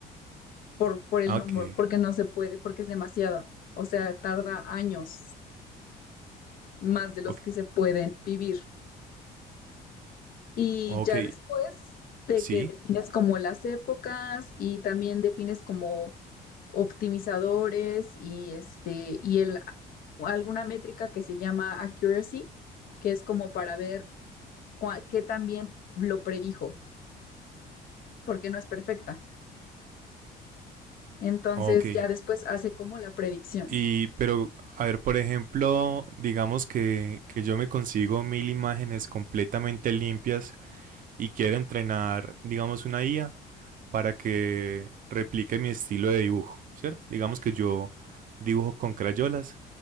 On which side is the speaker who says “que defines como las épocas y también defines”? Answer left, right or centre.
Left